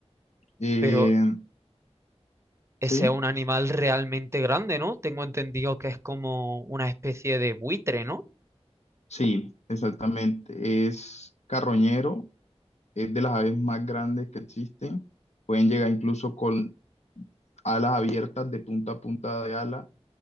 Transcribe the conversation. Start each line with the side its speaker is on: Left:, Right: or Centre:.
Left: Eh,
Right: Pero Ese
Left: sí.
Right: es un animal realmente grande, ¿no? Tengo entendido que es como una especie de buitre, ¿no?
Left: Sí, exactamente. Es carroñero, es de las aves más grandes que existen. Pueden llegar incluso con alas abiertas de punta a punta de ala